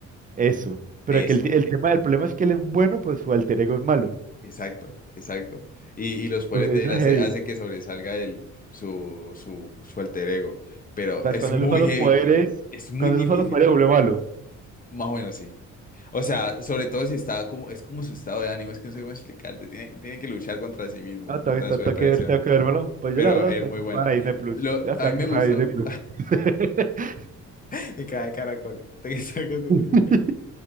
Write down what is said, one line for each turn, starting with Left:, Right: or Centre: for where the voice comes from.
Right: eso, pero
Left: Eso.
Right: que el, t- el tema, el problema es que él es bueno, pues su alter ego es malo,
Left: Exacto, exacto. Y, y los poderes
Right: pues eso
Left: de él hace,
Right: es heavy,
Left: hace que sobresalga el, su, su, su alter ego. Pero
Right: o sea,
Left: es
Right: cuando
Left: muy
Right: él usa los
Left: heavy.
Right: poderes,
Left: Es muy
Right: cuando
Left: difícil.
Right: él usa los poderes vuelve malo.
Left: Más o menos sí. O sea, sobre todo si está como, es como su estado de ánimo, es que no sé cómo explicarte. Tiene, tiene que luchar contra sí mismo,
Right: No, tengo,
Left: contra
Right: que tengo
Left: su depresión.
Right: que ver, tengo que vérmelo. Pues
Left: Pero
Right: yo la verdad,
Left: es
Right: espero
Left: muy
Right: que lo
Left: buena.
Right: suban a Disney Plus.
Left: Lo,
Right: Yo espero
Left: a mí me
Right: que lo
Left: gustó.
Right: suban a Disney Plus. <laughs>
Left: <laughs> Me cae caracol. Te <laughs> quise contar,
Right: <laughs>
Left: me cae.